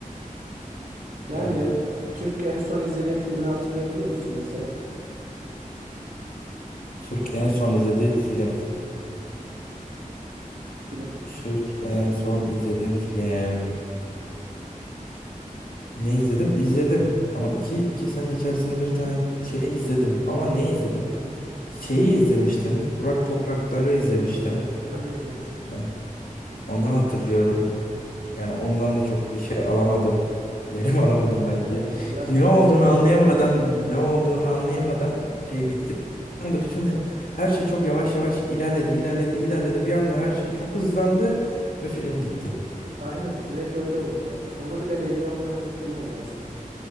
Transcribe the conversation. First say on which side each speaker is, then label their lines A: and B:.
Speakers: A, on the right; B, on the left.
A: Yani
B: Yani
A: ya, Türk en son izlediğin filmi hatırlayabiliyor musun mesela?
B: Türk en son izlediğim film.
A: Film olarak.
B: Türk en son izlediğim film. Ne izledim? İzledim. Ama iki, iki sene içerisinde bir tane şey izledim. Ama ne izledim? Şeyi izlemiştim. Kurak Toprakları izlemiştim.
A: Evet ben de izlemiştim onu.
B: O- Onu hatırlıyorum. Yani ondan da çok bir şey alamadım. Verim <laughs> alamadım bence.
A: Aynen. Biraz
B: Ne
A: sessiz
B: olduğunu
A: bir
B: anlayamadan,
A: havası.
B: ne olduğunu anlayamadan şey bitti. Bir anda bütün her şey çok yavaş yavaş ilerledi, ilerledi, ilerledi. Bir anda her şey çok hızlandı ve film bitti.
A: Aynen direkt öyle oldu ya. Sonu bile belli olmayan bir film oldu aslında.